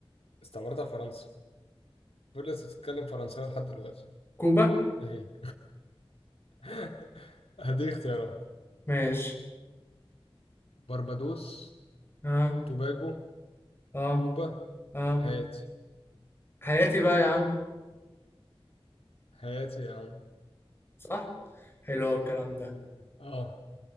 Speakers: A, on the left; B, on the left.
A: استعمرتها فرنسا فضلت تتكلم فرنساوي لحد دلوقتي
B: كوبا؟
A: ايه هي <laughs> هديك اختيارات
B: ماشي
A: بربادوس
B: اه
A: توباجو
B: اه
A: كوبا
B: اه
A: هايتي
B: حياتي بقى يا عم
A: هايتي يا عم
B: صح؟ حلو أوي الكلام ده
A: اه